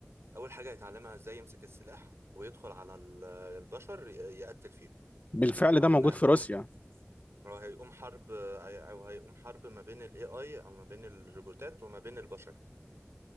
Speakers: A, on the right; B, on the left.
A: اول حاجة هيتعلمها ازاي يمسك السلاح ويدخل على ال- البشر ي- يقتل فيهم
B: بالفعل
A: او
B: ده موجود
A: انها
B: في
A: هتقوم
B: روسيا
A: او هيقوم حرب او هيقوم حرب ما بين الاي اي او ما بين الروبوتات وما بين البشر